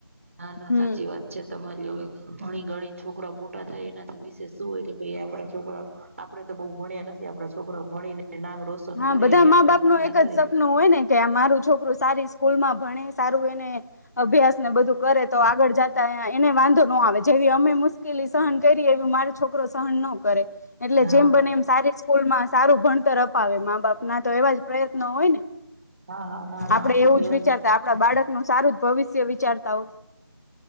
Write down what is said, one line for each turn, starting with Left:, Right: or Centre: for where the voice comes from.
Right: ના ના
Left: હમ
Right: સાચી વાત છે તમારી. હવે ભણી ગણીને છોકરાઓ મોટા થાય એનાથી વિશેષ શું હોય કે ભાઈ આપડ છોકરાઓ આપડે તો બહુ ભણ્યા નથી. આપડા છોકરાઓ છોકરોઓ ભણીને નામ રોશન
Left: હા
Right: કરે
Left: બધા
Right: એવી આપડે
Left: મા બાપનું
Right: પ્રાર્થના
Left: એક
Right: કરી
Left: જ સપનું હોય ને કે આ મારું છોકરું સારી સ્કૂલમાં ભણે સારું એને અભ્યાસને બધું કરે તો આગળ જતા એને વાંધો ન આવે જેવી અમે મુશ્કેલી સહન કઈરી એવી મારો છોકરો સહન ન કરે. એટલે
Right: હા
Left: જેમ
Right: બ
Left: બને એમ સારી સ્કૂલમાં સારું ભણતરફ અપાવે મા બાપના તો એવા જ પ્રયત્નો હોય ને.
Right: હા હા ના ના
Left: આપડે એવું
Right: બી
Left: જ વિચારતા આપણા બાળકનું સારું જ ભવિષ્ય વિચારતાઓ